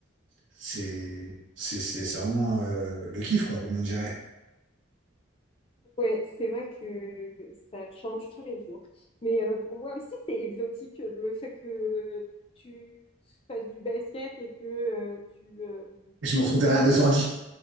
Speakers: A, on the right; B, on the left.
A: c'est c'est- c'est- c'est vraiment euh, le kiff, quoi, comme on dirait.
B: Ouais, c'est vrai que ça change tous les jours. Mais euh, pour moi aussi, c'est exotique euh, le fait que tu fasses du basket et que euh, tu, euh,
A: Et je me retrouve
B: tu sois,
A: derrière des ordi,